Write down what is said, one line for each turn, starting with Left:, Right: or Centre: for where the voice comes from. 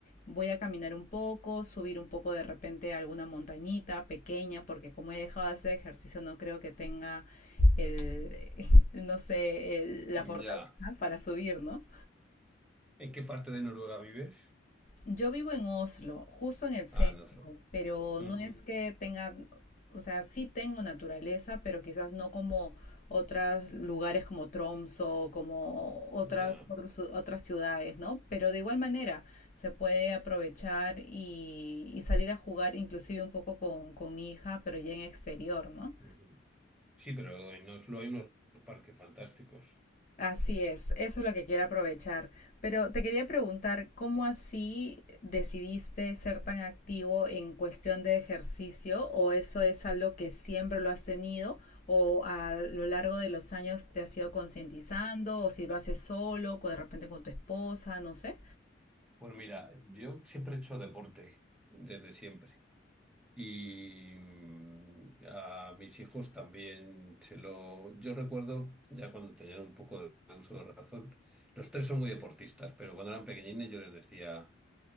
Left: voy a caminar un poco, subir un poco de repente a alguna montañita pequeña, porque como he dejado de hacer ejercicio no creo que tenga el, <laughs> no sé, el- la
Centre: Ya.
Left: fortaleza para subir, ¿no?
Centre: ¿En qué parte de Noruega vives?
Left: Yo vivo en Oslo, justo en el centro.
Centre: Ah, en Oslo.
Left: pero
Centre: Ujú.
Left: no es que tenga, o sea, sí tengo naturaleza, pero quizás no como otros lugares como Tromso, como otras,
Centre: Ya.
Left: otros- otras ciudades, ¿no? Pero de igual manera se puede aprovechar y, y salir a jugar inclusive un poco con, con mi hija, pero ya en exterior, ¿no?
Centre: Ujú. Sí, pero en Oslo hay unos parques fantásticos.
Left: Así es, eso es lo que quiero aprovechar. Pero te quería preguntar, ¿cómo así decidiste ser tan activo en cuestión de ejercicio? ¿O eso es algo que siempre lo has tenido? ¿O a lo largo de los años te has ido concientizando? ¿O si lo haces solo, o de repente con tu esposa, no sé?
Centre: Pues mira, yo siempre he hecho deporte, desde siempre. Y mm, a mis hijos también se lo... Yo recuerdo, ya cuando tenían un poco de uso de razón, los tres son muy deportistas, pero cuando eran pequeñines yo les decía,